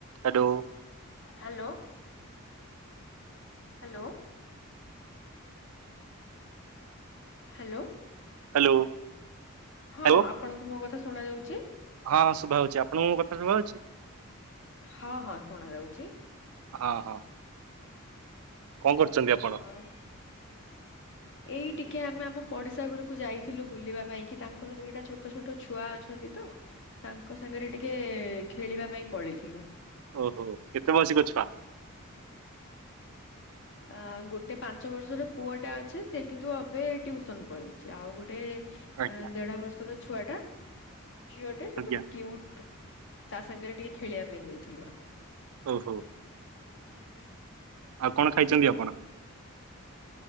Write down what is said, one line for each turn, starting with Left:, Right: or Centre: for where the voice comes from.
Right: Hello.
Left: Hello. Hello. Hello.
Right: Hello.
Left: ହଁ
Right: hello
Left: ଆପଣଙ୍କୁ ମୋ କଥା ଶୁଣା ଯାଉଛି?
Right: ହଁ ହଁ ଶୁଭା ହଉଛି ଆପଣଙ୍କୁ ମୋ କଥା ଶୁଭା ହଉଛି?
Left: ହଁ ହଁ ଶୁଣାଯାଉଛି।
Right: ହଁ ହଁ। କଣ କରୁଛନ୍ତି ଆ
Left: ଆଉ
Right: ଆ
Left: ଏଇ ଟିକେ ଆମେ ଆମ ପଡିଶା ଘରକୁ ଯାଇଥିଲୁ ବୁଲିବା ପାଇଁ କି ତାଙ୍କର ଦିଇଟା ଛୋଟ ଛୋଟ ଛୋଟ ଛୁଆ ଅଛନ୍ତି ତ ତାଙ୍କ ସାଙ୍ଗରେ ଟିକେ ଖେଳିବା ପାଇଁ ପଳେଇଥିଲୁ
Right: ଓହୋ କେତେ ମାସିକ ଛୁଆ?
Left: ଅଁ ଗୋଟେ ପାଞ୍ଚ ବର୍ଷର ପୁଅଟା ଅଛି ସେ କିନ୍ତୁ ଏବେ ଟ୍ୟୁସନ୍ ପଳେଇଛି ଆଉ ଗୋଟେ
Right: ଆଜ୍ଞା
Left: ଦେଢ ବର୍ଷର ଛୁଆ ଟା ଝିଅଟେ ସେ
Right: ଆଜ୍ଞା
Left: ପୁରା କ୍ଯୁଟ୍ ତା ସାଙ୍ଗରେ ଟିକେ ଖେଳିବା ପାଇଁ ଯାଇଥିଲୁ ଆମେ
Right: ଓହୋ ଆଉ କଣ ଖାଇଚନ୍ତି ଆପଣ?